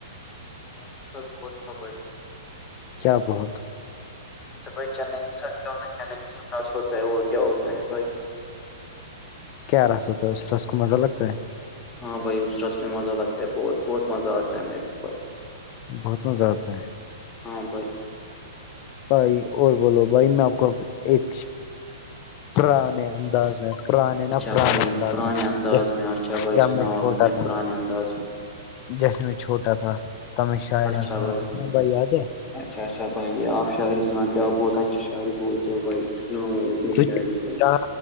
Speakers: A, on the left; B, on the left.
A: جنااک سب بہت ہو بائی
B: کیا بہت
A: بھائی چئی کے ساتھ کیا ہوتا ہے چائی کے ساتھ رس ہوتا ہے اور کیا ہوتا ہے بھائی
B: کیا رس ہوتا ہے اس رس کو مزہ لگتا ہے
A: ہاں بھائی اس رس میں مزہ لگتا ہے بہت بہت مزہ آتا ہے میرے کو بھائی
B: بہت مزہ آتا ہے
A: ہاں بائی
B: بھائی اور بولو بھائی میں آپ کو ایک پرانے انداز میں پرانے
A: اچھا
B: نہ پران
A: بھائی
B: انداز
A: پرانے
B: میں
A: انداز
B: جس
A: میں اچھا بھائی
B: ج
A: سناؤ
B: میں چھوٹا
A: اپنے
B: تھا
A: پرانے انداز میں
B: جیسے میں چھوٹا تھا ت میں شاعر
A: اچھا
B: سناتا
A: بھائی
B: تھا یاد ہے
A: اچھا اچھ بھائی آپ شعری سان آپ بہت اچھا شاعری بولتے ہو بھائی سنا ہو اپنی
B: تجھے
A: شاعری بھائی